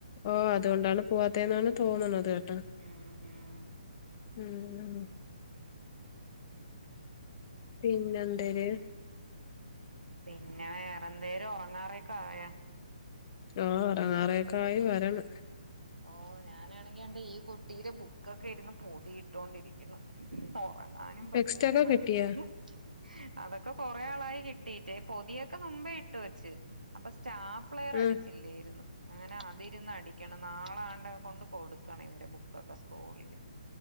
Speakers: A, on the left; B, on the right.
A: ഓ അതുകൊണ്ടാണ് പോവാത്ത എന്നാണ് തോന്നു തത് കട്ടൊ
B: ഉം ഉം
A: ഉം പിന്നെന്താര്
B: പിന്നെ വേറെന്തേലും ഉറങ്ങാറക്കെ ആയാ
A: ആ ഒറങ്ങാറൊക്കെ ആയി വരണ്
B: ഓ ഞാനാണെങ്കിണ്ട് ഈ കുട്ടി ടെ ബുക്കൊക്കെ ഇരുന്ന് പൊതിയിട്ടോണ്ടിരിക്കുന്നു ഓറ- ഒറങ്ങാനുപറ്റൂല
A: ടെക്സ്റ്റ് ഒക്കെ
B: മനുഷ്യന്
A: കിട്ടിയാ
B: അതൊക്കെ കൊറെ ആളായി കിട്ടീട്പൊതിയൊക്കെ മുമ്പേ ഇട്ടു വെച്ച് അപ്പൊ സ്റ്റാപ്ലെയർ
A: ആ
B: അടിച്ചില്ലോയിരുന്നു അങ്ങനെ അതിരുന്ന് അടിക്കണം നാളാണ്ട്കൊണ്ട് കൊടുക്കണം ഇവരെ ബുക്കൊക്കെ സ്കൂളില്